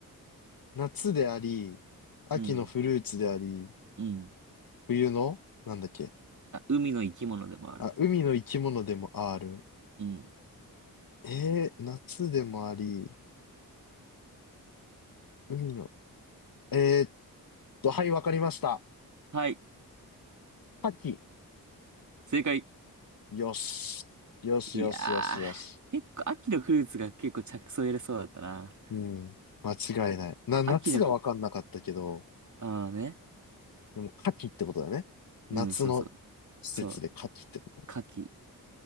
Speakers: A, on the left; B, on the right.
A: 夏であり、秋のフルーツであり、
B: うん、うん。
A: 冬のなんだっけ
B: あ、海の生き物でもある。
A: あ、海の生き物でもある。
B: うん。
A: えー、夏でもあり、海の。えーっと、はい、わかりました。
B: はい、
A: 牡蠣。
B: 正解。
A: よし。よしよしよしよし。
B: いやー、結構秋のフルーツが結構着想入れそうだったな。
A: うん。間違いない。な、夏がわかんなかったけど、
B: 秋のフ、ああね。
A: でも、夏季ってことだね。夏の
B: うん、そうそう。
A: 施設で夏季ってことだ
B: そう、牡蠣。